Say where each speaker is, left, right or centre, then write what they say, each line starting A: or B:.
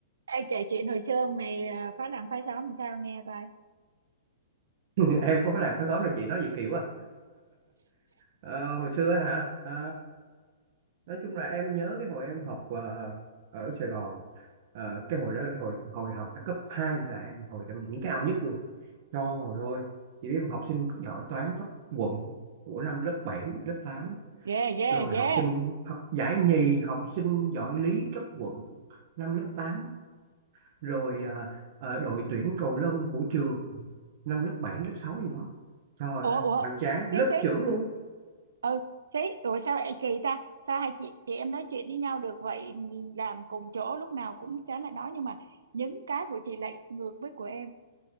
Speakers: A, on the right (about 75°); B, on the right (about 50°).
A: Ê, kể chuyện hồi xưa mày ờ, phá làng phá xóm làm sao nghe coi.
B: <laughs> em có phải làm khá sớm đâu chị nói gì kỳ quá à. Ờ, hồi xưa á hả Ờ, nói chung là em nhớ cái hồi em học ờ, ở Sài Gòn Ờ, cái hồi đó là cái hồi hồi học cấp 2 là em hồi em điểm cao nhất luôn trời ơi chị biết em học sinh giỏi toán cấp quận của năm lớp 7 lớp tám
A: ghê ghê
B: rồi
A: ghê
B: học sinh học giải nhì học sinh giỏi lý cấp quận năm lớp tám rồi ờ, ờ, đội tuyển cầu lông của trường năm lớp 7 lớp 6 gì đó trời
A: Ủa,
B: ơi
A: ủa,
B: hoành tráng lớp
A: xí, xí,
B: trưởng luôn
A: ừ, xí, ủa sao ê, kỳ ta? Sao hai chị chị em nói chuyện với nhau được vậy, làm cùng chỗ lúc nào cũng sáng lại nói nhưng mà những cái của chị lại ngược với của em.